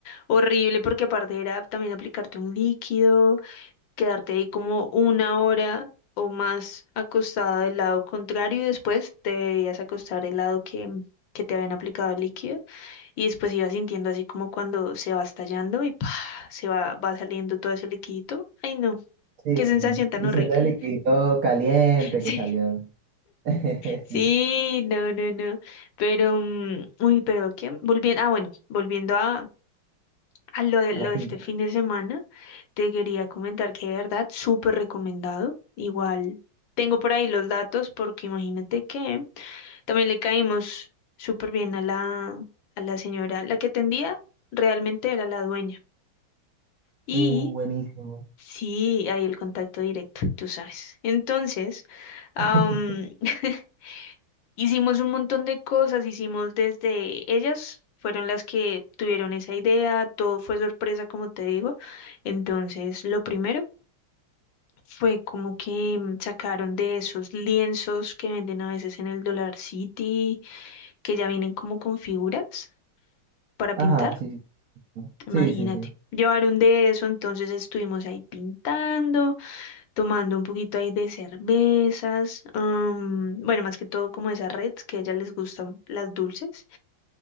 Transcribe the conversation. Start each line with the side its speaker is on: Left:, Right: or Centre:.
Left: horrible porque aparte era también aplicarte un líquido, quedarte ahí como una hora o más acostada del lado contrario y después te debías acostar el lado que... que te habían aplicado el líquido y después ibas sintiendo así como cuando se va estallando y ¡pah! se va, va saliendo todo ese liquidito. Ay, no.
Right: Sí,
Left: Qué sensación tan
Right: y
Left: horrible.
Right: siente el liquidito
Left: <laughs>
Right: caliente
Left: Sí,
Right: que salió. <laughs>
Left: sí,
Right: Sí,
Left: no, no, no. Pero, mm, uy, pero ¿qué? Volviendo, ah, bueno, volviendo a, a lo de, lo
Right: a la finca.
Left: de este fin de semana, te quería comentar que de verdad, súper recomendado. Igual, tengo por ahí los datos porque imagínate que también le caímos súper bien a la, a la señora, la que atendía realmente era la dueña. Y
Right: Uh, buenísimo.
Left: sí, hay el contacto directo, tú sabes. Entonces, am,
Right: <laughs>
Left: <laughs> Hicimos un montón de cosas, hicimos desde ellas, fueron las que tuvieron esa idea, todo fue sorpresa, como te digo. Entonces, lo primero fue como que mm, sacaron de esos lienzos que venden a veces en el Dollar City, que ya vienen como con figuras para
Right: Ajá,
Left: pintar,
Right: sí, sí. ¿no?
Left: imagínate.
Right: Sí, sí, sí.
Left: Llevaron de eso, entonces estuvimos ahí pintando, tomando un poquito ahí de cervezas, mm, bueno, más que todo como esa red que a ellas les gustan las dulces.